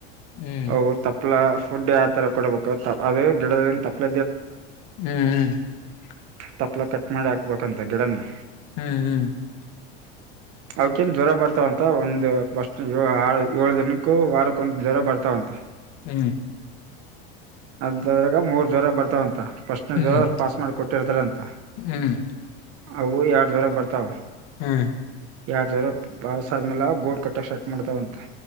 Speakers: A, on the left; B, on the right.
A: ಹ್ಮ್
B: ಅ ತಪ್ಪಲಾ ಫುಡ್ ಯಾವ ತರ ಕೊಡಬೇಕು ಅದು ಗಿಡದಲ್ಲಿ ತಪ್ಲ
A: ಹ್ಮ್ ಹ್ಮ್
B: ತಪ್ಲ ಕಟ್ ಮಾಡಿ ಹಾಕ್ಬೇಕಂತ ಗಿಡನೇ
A: ಹ್ಮ್ ಹ್ಮ್
B: ಹೌ ಕೆಂ ಜ್ವರ ಬರ್ತಾವಂತ ಒಂದು ಬಸ್ ಆರ್ ಏಳು ದಿನಕ್ಕೂ ವಾರಕ್ಕೊಂದು ಜ್ವರ ಬರ್ತಾವಂತ.
A: ಹ್ಮ್
B: ಅದದ್ರಾಗ ಮೂರ್ ಜ್ವರ ಬರ್ತಾವಂತ ಪ್ರಶ್ನೆದ್ವರ
A: ಹ್ಮ್
B: ಅವ್ರು ಪಾಸ್ ಮಾಡ ಕೊಟ್ಟಿರ್ತಾರ ಅಂತ
A: ಹ್ಮ್
B: ಅವು ಎರಡು ಜ್ವರ ಬರ್ತಾವ.
A: ಹ್ಮ್
B: ಎರಡ್ ಜಾವರ ಬಸ್ ಆದ್ಮೇಲೆ ಗೋಡ್ ಕಟ್ಟ ಸ್ಟಾರ್ಟ ಮಾಡತಾವಂತ